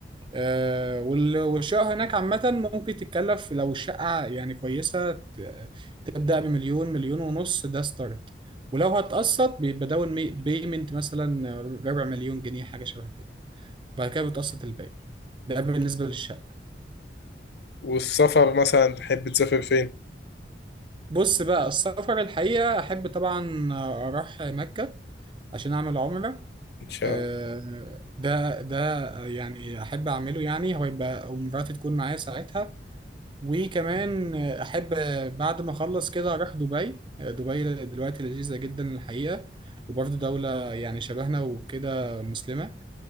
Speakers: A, on the right; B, on the left.
A: آه وال... والشقة هناك عامة ممكن تتكلف لو الشقة يعني كويسة ت... تبدأ بمليون مليون ونص ده ستارت ولو هتقسط بيبقى داون مي- بيمنت مثلا ربع مليون جنيه حاجة شبه كده بعد كده بتقسط الباقي ده بالنسبة للشقة
B: والسفر مثلا تحب تسافر فين
A: بص بقى السفر الحقيقة أحب طبعا أروح مكة عشان أعمل عمرة
B: ان شاء
A: آه،
B: الله
A: ده ده يعني أحب أعمله يعني هو يبقى ومراتي تكون معايا ساعتها وكمان أحب بعد ما أخلص كده أروح دبي آه، دبي دلوقتي لذيذة جدا الحقيقة وبرضه دولة يعني شبهنا وكده مسلمة